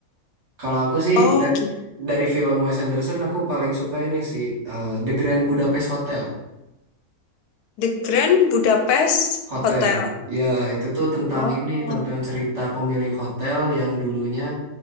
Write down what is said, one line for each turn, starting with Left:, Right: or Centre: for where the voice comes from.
Right: Kalau aku sih
Left: Oh,
Right: dari,
Left: gitu.
Right: dari film Wes Anderson aku paling suka ini sih eh, The Grand Budapest Hotel.
Left: The Grand Budapest
Right: Hotel.
Left: Hotel.
Right: Ya, itu tuh tentang
Left: Oh.
Right: ini tentang cerita pemilik hotel yang dulunya